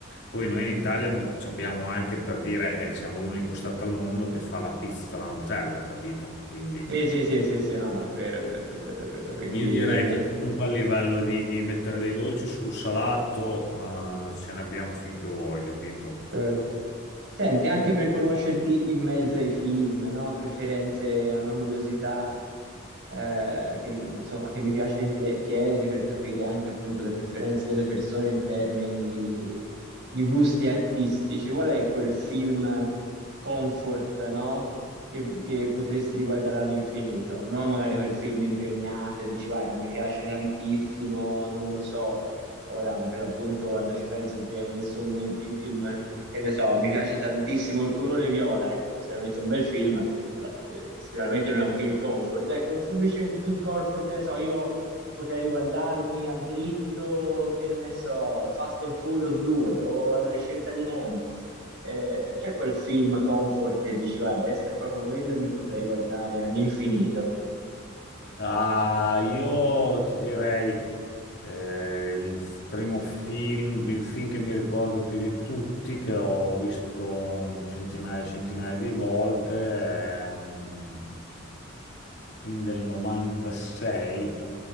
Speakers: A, on the left (about 55°); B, on the right (about 60°).
A: poi noi in Italia mh, ci abbiamo anche, per dire, eh, siamo l'unico stato al mondo che fa la pizza alla Nutella, capito? Quindi
B: sì, sì, sì, sì, sì, no, no, è vero, è vero, è vero, è vero. Quindi
A: io direi
B: bisogna...
A: che comunque a livello di mettere dei dolci sul salato, eh, ce ne abbiamo finché vuoi, capito?
B: Certo. Senti, anche per conoscerti in merito ai film, no? Preferenze, una curiosità eh, che, insomma, che mi piace chie- chiedere per capire anche appunto le preferenze delle persone in termini di, di gusti artistici. Qual è quel film comfort, no? Che, che potresti riguardare all'infinito? Non magari quel film impegnato e dici, guarda, mi piace tantissimo, non lo so. Ora, per l'appunto, quando ci penso, non ti viene nessun me- in film che ne so, mi piace tantissimo il colore viola, ecco, è sicuramente un bel film, però eh, sicuramente non è un film comfort. Ecco, un film- invece un film comfort, che ne so, io potrei riguardarmi a dritto, che ne so, Fast and Furious 2 o Alla ricerca di Nemo. Eh, c'è quel film comfort e dici, guarda, questo è proprio quello e mi potrei guardare all'infinito.
A: Ah, io ti direi... Eh, il f- primo film, il film che mi ricordo più di tutti, che ho visto centinaia e centinaia di volte, è mm, film del 96,